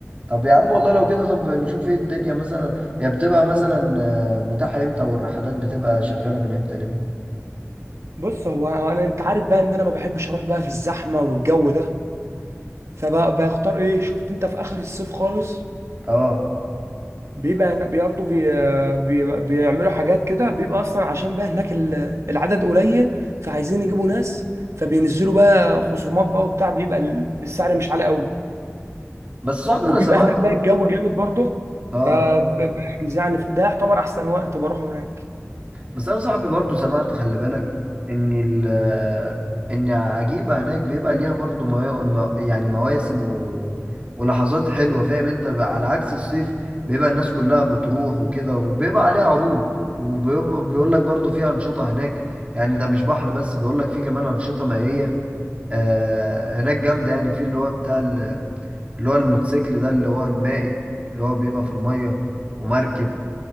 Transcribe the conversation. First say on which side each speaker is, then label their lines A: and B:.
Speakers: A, on the right (about 25°); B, on the right (about 65°).
A: طب يا عم والله لو كده طب نشوف ايه الدنيا مثلا هي بتبقى مثلا آه، متاحة امتى والرحلات بتبقى شغالة من امتى لامتى
B: بص هو انا انت عارف بقى ان انا ما بحبش اروح بقى في الزحمه والجو ده فبختار ايه شفت انت في اخر الصيف خالص
A: اه
B: بيبقى هنا- برضه بي بي بيعملوا حاجات كده بيبقى اصلا عشان بقى هناك ال- العدد قليل فعايزين يجيبوا ناس فبينزلوا بقى خصومات بقى وبتاع بيبقى السعر مش عالي قوي
A: بس صاحبي
B: وبيبقى
A: انا سمعت
B: هناك بقى الجو جامد برضه
A: اه
B: فبحجز يعني ده يعتبر احسن وقت بروحه هناك
A: بس انا صاحبي برضو سمعت خلي بالك ان ال ان عجيبة هناك بيبقى ليها برضو مو... مو- يعني مواسم و... ولحظات حلوة فاهم انت بقى على عكس الصيف بيبقى الناس كلها بتروح وكده وبيبقى عليها عروض وبيقول لك برضو في أنشطة هناك يعني ده مش بحر بس بيقول لك في كمان أنشطة مائية آه هناك جامدة يعني في اللي هو بتاع ال- اللي هو الموتوسيكل ده اللي هو المائي اللي هو بيبقى في المية ومركب